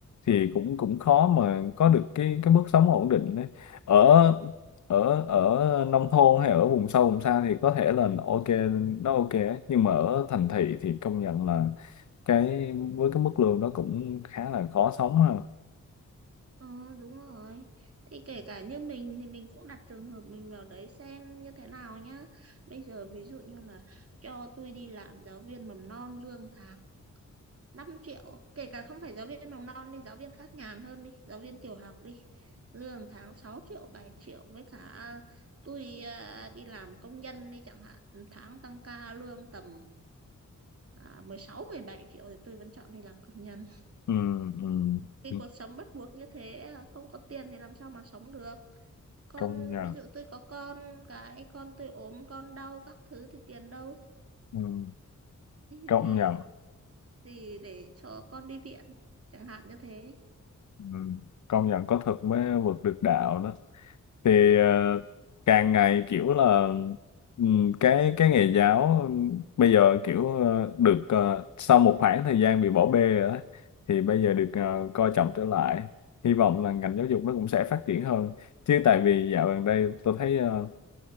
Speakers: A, on the left; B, on the right.
A: thì cũng cũng khó mà có được cái cái mức sống ổn định đấy ở ở ở nông thôn hay ở vùng sâu vùng xa thì có thể là ok nó ok ấy. nhưng mà ở thành thị thì công nhận là cái với cái mức lương đó cũng khá là khó sống ha
B: ờ đúng rồi thì kể cả như mình thì mình cũng đặt trường hợp mình vào đấy xem như thế nào nhá bây giờ ví dụ như là cho tôi đi làm giáo viên mầm non lương tháng năm triệu kể cả không phải giáo viên mầm non đi giáo viên khác nhàn hơn đi giáo viên tiểu học đi lương tháng sáu triệu bảy triệu với cả tôi à, đi làm công nhân đi chẳng hạn tháng tăng ca lương tầm à, mười sáu, mười bảy triệu thì tôi vẫn chọn đi làm công nhân.
A: ừ, ừ.
B: Vì
A: ừ.
B: cuộc sống bắt buộc như thế à, không có tiền thì làm sao mà sống được. Con
A: công nhận
B: ví dụ tôi có con cái con tôi ốm con đau các thứ thì tiền đâu
A: ừ.
B: thì
A: công
B: thì,
A: nhận
B: thì để cho con đi viện chẳng hạn như thế.
A: ừ. công nhận có thực mới vượt được đạo đó thì ờ, càng ngày kiểu là ừm, cái cái nghề giáo ừm, bây giờ kiểu ờ, được ờ, sau một khoảng thời gian bị bỏ bê rồi đó, thì bây giờ được ờ, coi trọng trở lại hy vọng là ngành giáo dục nó cũng sẽ phát triển hơn chứ tại vì dạo gần đây tôi thấy ờ,